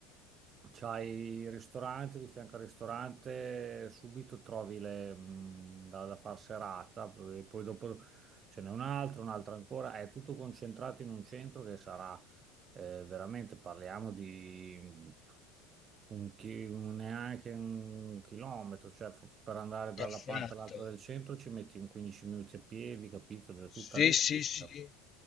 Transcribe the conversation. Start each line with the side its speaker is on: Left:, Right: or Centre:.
Right: C'hai il ristorante, di fianco al ristorante subito trovi le, mh, da, da far serata, e poi dopo ce n'è un altro, un altro ancora, è tutto concentrato in un centro che sarà eh, veramente, parliamo di un chi- un- neanche un chilometro, cioè f- per andare dalla
Left: Perfetto.
Right: parte all'altra del centro ci metti in 15 minuti a piedi, capito? Da tutta
Left: Sì,
Right: lì la
Left: sì,
Right: vita.
Left: sì.